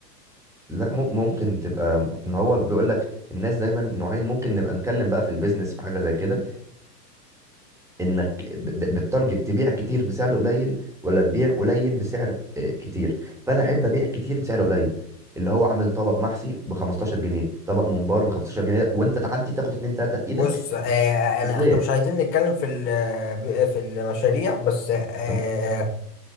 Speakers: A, in the centre; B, on the left (about 75°).
A: لا مم- ممكن تبقى ما هو بيقول لك الناس دايما نوعين ممكن نبقى نتكلم بقى في البيزنس في حاجه زي كده انك ب- بالتارجت تبيع كتير بسعر قليل ولا تبيع قليل بسعر آه، كتير فانا احب ابيع كتير بسعر قليل اللي هو عامل طبق محشي ب 15 جنيه طبق ممبار ب 15 جنيه وانت تعدي تاخد اتنين تلاته بايدك
B: بص آه انا
A: تسليه
B: احنا مش عايزين نتكلم في ال- آه، ب- في المشاريع بس آه
A: ها؟